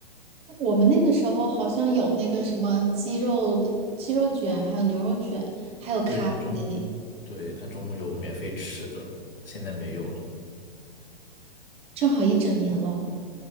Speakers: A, on the right (about 20°); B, on the left (about 65°).
A: 我们那个时候好像有那个什么鸡肉的鸡肉卷，还有牛肉卷，还有咖啡，
B: 对，他中，对，他中午有免费吃的，现在没有了。
A: 正好一整年喽。